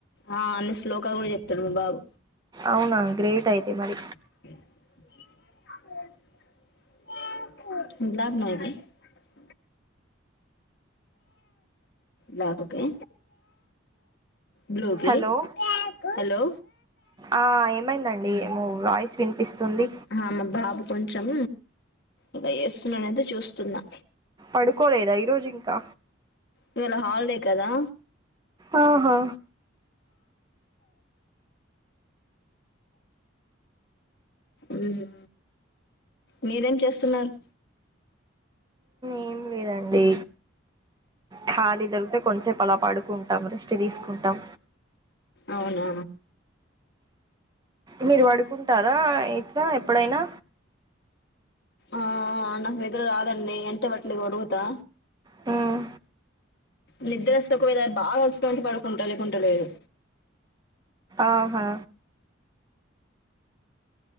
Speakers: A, on the left (about 55°); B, on the right (about 20°).
A: ఆ అన్ని శ్లోకా కూడా చెప్తాడు మా బాబు
B: అవునా గ్రేట్ అయితే మరి
A: <unintelligible> బాబుకే బ్లూకి
B: హలో
A: హలో
B: ఆ ఏమైందండి ఏమో వాయిస్ వినిపిస్తుంది
A: మా బాబు కొంచెం ఇలా చేస్తున్నానతే చూస్తున్నా
B: పడుకోలేదా ఈరోజు ఇంకా
A: ఇవెళ హాలిడే కదా
B: ఆహా
A: ఊహు మీరేం చేస్తున్నారు
B: ఏం లేదండి కాలి దొరికితే కొంచెపు అలా పడు కుంటాం రెస్ట్ తీసుకుంటాం
A: అవునా
B: మీరు పడుకుంటారా ఇట్లా ఎప్పుడైనా
A: ఆ అనా నిదుర రాదన్నే ఎంట <unintelligible> తా
B: మ్మ్
A: నిద్రొస్తే ఒకవేళ బాగా అలిసిపోయుంటె పడుకుంట లేకుంటే లేదు
B: ఆహా